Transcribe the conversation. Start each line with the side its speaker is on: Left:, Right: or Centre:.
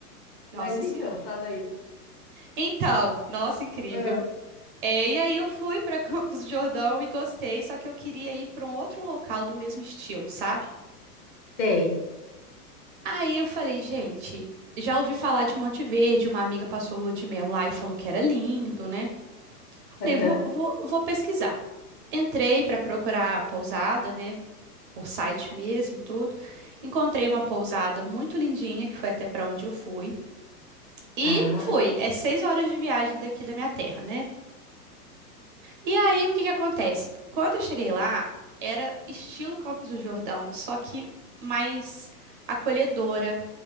Right: Nossa
Left: Mas então,
Right: Senhora.
Left: fala aí.
Right: Então, nossa, incrível.
Left: Ah,
Right: É, e aí eu fui para <laughs> Campos do Jordão e gostei, só que eu queria ir para um outro local do mesmo estilo, sabe?
Left: tem.
Right: Aí eu falei, gente, já ouvi falar de Monte Verde, uma amiga passou lua de mel lá e falou que era lindo, né?
Left: Aham.
Right: Falei, vou, vou, vou pesquisar. Entrei para procurar a pousada, né? Por site mesmo e tudo. Encontrei uma pousada muito lindinha, que foi até para onde eu fui. E
Left: Tá,
Right: fui. É seis horas de viagem daqui da minha terra, né? E aí, o que que acontece? Quando eu cheguei lá, era estilo Campos do Jordão, só que mais acolhedora